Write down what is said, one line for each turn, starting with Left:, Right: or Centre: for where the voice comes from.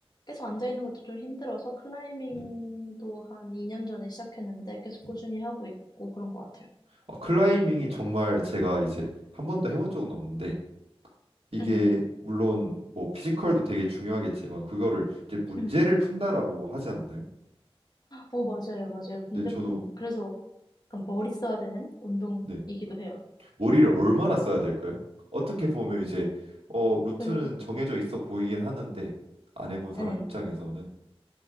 Left: 계속 앉아있는 것도 좀 힘들어서 클라이밍도
Right: 네.
Left: 한 2년 전에 시작했는데 계속
Right: 네.
Left: 꾸준히 하고 있고 그런 것 같아요.
Right: 어, 클라이밍이 정말 제가 이제 한 번도 해본 적은 없는데 이게
Left: 응,
Right: 물론 뭐 피지컬도 되게 중요하겠지만 그거를 이제 문제를
Left: 응.
Right: 푼다라고 하지 않나요?
Left: 어, 맞아요, 맞아요. 문대푼.
Right: 근데 저도
Left: 그래서 약간 머리 써야 되는 운동이기도
Right: 네.
Left: 해요.
Right: 머리를 얼마나 써야 될까요? 어떻게 보면 이제 어 루트는
Left: 네.
Right: 정해져 있어 보이긴 하는데 안 해본
Left: 네.
Right: 사람 입장에서는